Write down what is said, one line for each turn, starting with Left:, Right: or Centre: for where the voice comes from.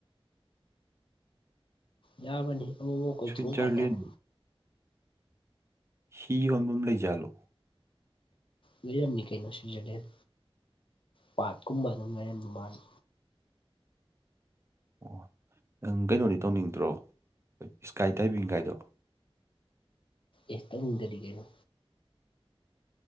Left: ꯌꯥꯕꯅꯤ ꯑꯃꯨꯛ ꯑꯃꯨꯛ ꯀꯣꯏꯊꯣꯛꯎ
Right: ꯁ꯭ꯋꯤꯠꯖꯔꯂꯦꯟ
Left: ꯍꯥꯏꯇꯥꯔꯦ
Right: ꯍꯤ ꯌꯣꯟꯕꯝ ꯂꯩꯖꯥꯠꯜꯂꯣ
Left: ꯂꯩꯔꯝꯅꯤ ꯀꯩꯅꯣ ꯁꯤꯖꯔꯂꯦꯟ ꯄꯥꯠꯀꯨꯝꯕ ꯑꯗꯨꯝ ꯂꯩꯔꯝꯗꯨ ꯃꯥꯜꯂꯤ
Right: ꯑꯣ ꯅꯪ ꯀꯩꯅꯣꯗꯤ ꯇꯧꯅꯤꯡꯗ꯭ꯔꯣ ꯏꯁꯀꯥꯏ ꯗꯥꯏꯕꯤꯡꯒꯥꯏꯗꯣ
Left: ꯑꯦ ꯇꯧꯅꯤꯡꯗ꯭ꯔꯗꯤ ꯀꯩꯅꯣ